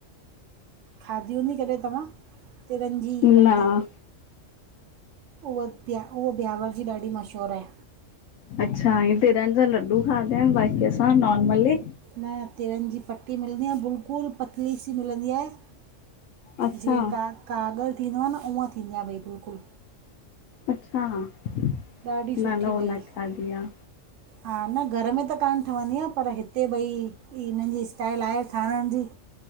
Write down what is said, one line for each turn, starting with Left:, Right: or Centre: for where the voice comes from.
Right: खादी हुंदी कॾे तव्हां, तिरनि जी
Left: न
Right: पट्टी। उहा तिया उहा ब्यावर जी ॾाढी मशहूरु आहे।
Left: अच्छा हिय तिरन जा लड्डू खादा आहिनि बाक़ी असां नॉर्मली
Right: न तिरनि जी पट्टी मिलंदी आहे बिल्कुलु पतली सी मिलंदी आहे।
Left: अच्छा
Right: जीअं का कागरु थींदो आ न उअ थींदी आहे भई बिल्कुलु।
Left: अच्छा न
Right: ॾाढी सुठी
Left: न उह
Right: भई
Left: न खाधी आ।
Right: हा न घर में त कानि ठवंदी आ, पर हिते भई ही हिननि जी स्टाइल आहे ठाहिराण जी।